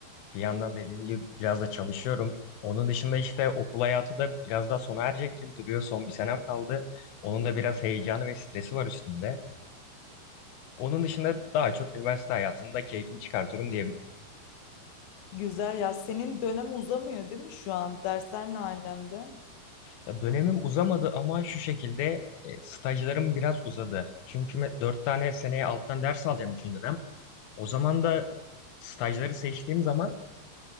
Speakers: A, on the left; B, on the left.
A: Bir yandan dediğin gibi biraz da çalışıyorum. Onun dışında işte okul hayatı da biraz daha sona erecek gibi duruyor. Son bir senem kaldı. Onun da biraz heyecanı ve stresi var üstümde. Onun dışında daha çok üniversite hayatında keyfini çıkartıyorum diyebilirim.
B: güzel ya. Senin dönem uzamıyor değil mi şu an? Dersler ne alemde?
A: Ya dönemim uzamadı ama şu şekilde e, stajlarım biraz uzadı. Çünkü me- dört tane seneye alttan ders alacağım üçüncü dönem. O zaman da stajları seçtiğim zaman